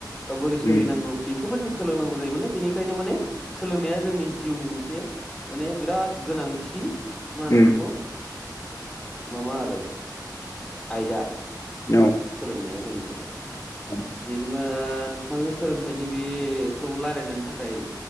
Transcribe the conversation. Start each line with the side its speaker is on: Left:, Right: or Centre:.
Centre: बा बोरै सोलिनांगौ।
Left: उम
Centre: बेखौबो जों सोलोंनांगौ जायो माने बेनिखायनो माने सोलोंनाया जोंनि जिउनि मोनसे। माने बिराद गोनांथि मा होनो
Left: उम
Centre: बेखौ माबा आरो। आयदा
Left: औ
Centre: सोलोंनाया जोंनि थाखाय।
Left: औ
Centre: जेनेबा नोंथांजों सोलोंथाइनि बेखौ रायलायनायनि थाखाय।